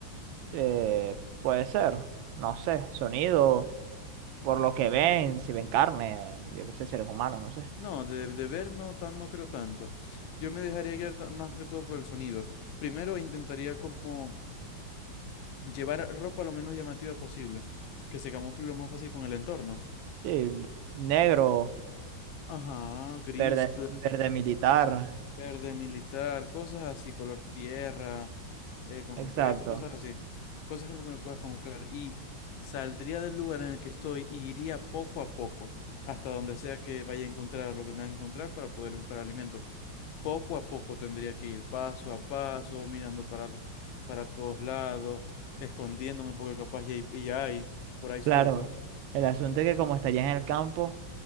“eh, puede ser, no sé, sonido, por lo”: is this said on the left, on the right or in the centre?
Right